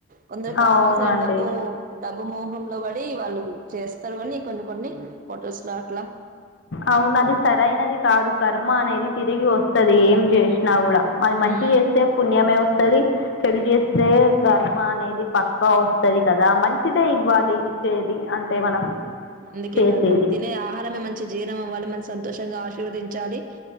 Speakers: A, on the right; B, on the left.
A: కొందరు కావాల్సిన
B: అవును అండి
A: డబ్బు డబ్బు మోహంలో పడి వాళ్ళు చేస్తారు కాని కొన్ని కొన్ని ఫొటోస్ లో అట్లా
B: అవును అది సరైనది కాదు కర్మ అనేది తిరిగి వస్తుది ఏం చేసినా కూడా అది మంచి
A: మ్మ్
B: చేస్తే పుణ్యమే వస్తుది చెడు చేస్తే కర్మ అనేది పక్కా వస్తుది కదా మంచిదే ఇవ్వాలి ఇచ్చేది అంటే మనం
A: అందుకే
B: చేసేది
A: కదా మనం తినే ఆహారమే మంచి మంచి జీర్ణం అవ్వాలి మన సంతోషంగా ఆశీర్వదించాలి